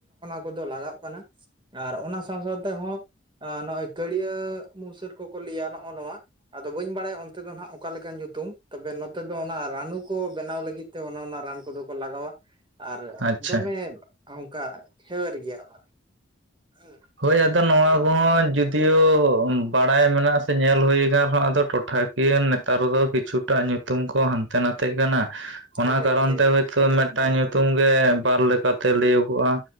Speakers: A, on the right (about 25°); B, on the right (about 70°).
A: ᱱᱚᱣᱟ ᱠᱚᱫᱚ ᱞᱟᱜᱟᱜ ᱠᱟᱱᱟ ᱟᱨ ᱚᱱᱟ ᱥᱟᱶ ᱥᱟᱶ ᱛᱮ ᱦᱚᱸ ᱱᱚᱜᱼᱚᱭ ᱠᱟᱹᱲᱭᱟᱹ ᱢᱩᱥᱟᱹᱨ ᱠᱚᱠᱚ ᱞᱟᱹᱭᱟ ᱱᱚᱜᱼᱚ ᱱᱚᱣᱟ ᱟᱫᱚ ᱵᱟᱹᱧ ᱵᱟᱲᱟᱭᱟ ᱚᱱᱛᱮ ᱫᱚ ᱦᱟᱜ ᱚᱠᱟᱞᱮᱠᱟᱱ ᱧᱩᱛᱩᱢ ᱛᱚᱵᱮ ᱱᱚᱛᱮ ᱫᱚ ᱚᱱᱟ ᱨᱟᱱᱩ ᱠᱚ ᱵᱮᱱᱟᱣ ᱞᱟᱹᱜᱤᱫ ᱛᱮ ᱚᱱᱟ ᱨᱟᱱ ᱠᱚᱫᱚ ᱠᱚ ᱞᱟᱜᱟᱣᱟ᱾ ᱟᱨ
B: ᱟᱪᱪᱷᱟ
A: ᱫᱚᱢᱮ ᱚᱱᱠᱟ ᱦᱮᱭᱟᱹᱨ ᱜᱮᱭᱟ ᱚᱱᱟ ᱫᱚ ᱦᱮᱸ
B: ᱦᱳᱭ ᱟᱫᱚ ᱱᱚᱣᱟ
A: ᱚᱱᱮ
B: ᱠᱚᱦᱚᱸ
A: ᱚᱱᱠᱟ
B: ᱡᱩᱫᱤ ᱯᱟᱹᱛᱭᱟᱹᱣ ᱵᱟᱲᱟᱭ ᱢᱮᱱᱟᱜ-ᱟ ᱥᱮ ᱧᱮᱞ ᱦᱩᱭ ᱟᱠᱟᱱ ᱨᱮᱦᱚᱸ ᱟᱫᱚ ᱴᱚᱴᱷᱟᱠᱤᱭᱟᱹ ᱱᱮᱛᱟᱨ ᱫᱚ ᱠᱤᱪᱷᱩᱴᱟ ᱧᱩᱛᱩᱢ ᱧᱩᱛᱩᱢ ᱠᱚ ᱦᱟᱱᱛᱮ ᱱᱟᱛᱮ ᱠᱟᱱᱟ ᱚᱱᱟ
A: ᱦᱟᱱᱛᱮ
B: ᱠᱟᱨᱚᱱ
A: ᱱᱟᱛᱮ
B: ᱛᱮ
A: ᱠᱟᱱᱟ
B: ᱦᱳᱭᱛᱳ ᱢᱤᱫᱴᱟᱝ ᱧᱩᱛᱩᱢ ᱜᱮ ᱵᱟᱨ ᱞᱮᱠᱟᱛᱮ ᱞᱟᱹᱭᱟᱹᱜᱚᱜᱼᱟ